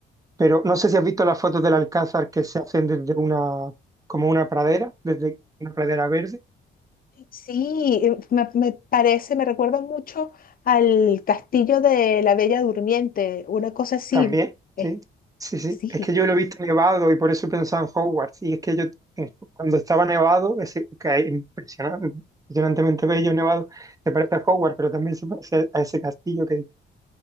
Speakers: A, on the right; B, on the left.
A: Pero no sé si has visto las fotos del Alcázar que se hacen desde una, como una pradera, desde una pradera verde.
B: Sí, eh, me, me parece, me recuerda mucho al castillo de la Bella Durmiente, una cosa así.
A: También,
B: eh,
A: sí, sí, sí.
B: sí,
A: Es que yo lo he visto nevado y por eso he pensado en Hogwarts. Y es que yo, en- cuando estaba nevado, ese, que es impresionante, impresionantemente bello nevado, se parece a Hogwarts, pero también se parece a ese castillo que,